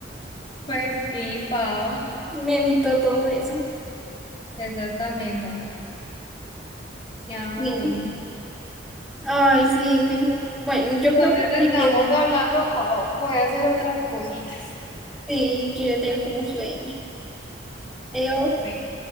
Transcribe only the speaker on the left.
Pues sí, Pau,
esa está mejor. Ya,
bueno.
Entonces
estamos
hablando, Pau, voy a hacer otras cositas.
Bueno.